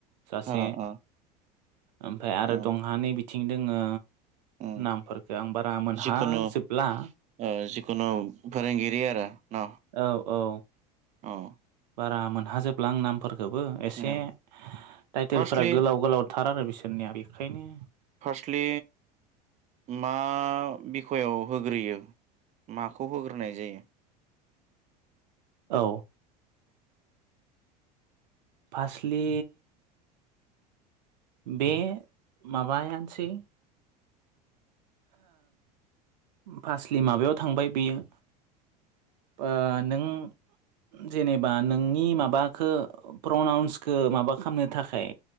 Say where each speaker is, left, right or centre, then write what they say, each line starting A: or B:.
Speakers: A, on the right; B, on the right.
A: सासे
B: अ अ
A: ओमफ्राय आरो
B: उम
A: दंहा नै बिथिं दोङो
B: उम
A: नामफोरखौ आं बारा मोनहाजोबला
B: जिखुनु ओ जिखुनु फोरोंगिरि आरो न
A: औ औ
B: ओ
A: बारा मोनहाजोबला आं नामफोरखौबो
B: ओं
A: एसे टाइटेलफोरा
B: फार्स्टलि
A: गोलाव गोलावथार आरो बिसोरनिया बेखायनो
B: फार्स्टलि मा बिखआव होग्रोयो माखौ होग्रोनाय जायो
A: औ फासलि बे माबायानोसै। फासलि माबायाव थांबाय बेयो। बा नों। जेनेबा नोंनि माबाखो प्रनाउन्सखौ माबा खामनो थाखाय।